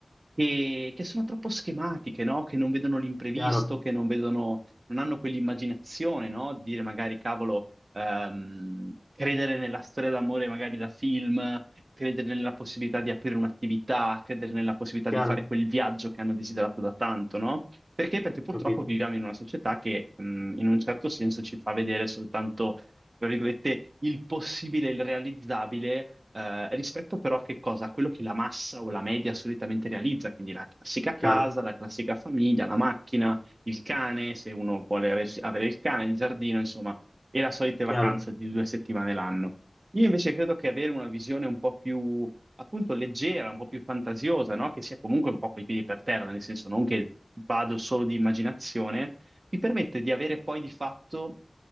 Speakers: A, on the right; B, on the left.
A: che, che sono troppo schematiche, no? Che non vedono l'imprevisto,
B: Chiaro,
A: che non vedono, non hanno quell'immaginazione, no? Dire magari, cavolo, ehm, credere nella storia d'amore magari da film, credere nella possibilità di aprire un'attività, credere nella possibilità
B: chiaro,
A: di fare quel viaggio che hanno desiderato da tanto, no? Perché? Perché purtroppo
B: capito,
A: viviamo in una società che, mh, in un certo senso ci fa vedere soltanto tra virgolette, il possibile, il realizzabile, eh, rispetto però a che cosa? A quello che la massa o la media solitamente realizza, quindi la classica casa,
B: chiaro,
A: la classica famiglia, la macchina, il cane, se uno vuole res- avere il cane, il giardino, insomma, e la solita
B: chiaro,
A: vacanza di due settimane l'anno. Io invece credo che avere una visione un po' più, appunto, leggera, un po' più fantasiosa, no? Che sia comunque un po' coi piedi per terra, nel senso non che vado solo di immaginazione, ti permette di avere poi di fatto,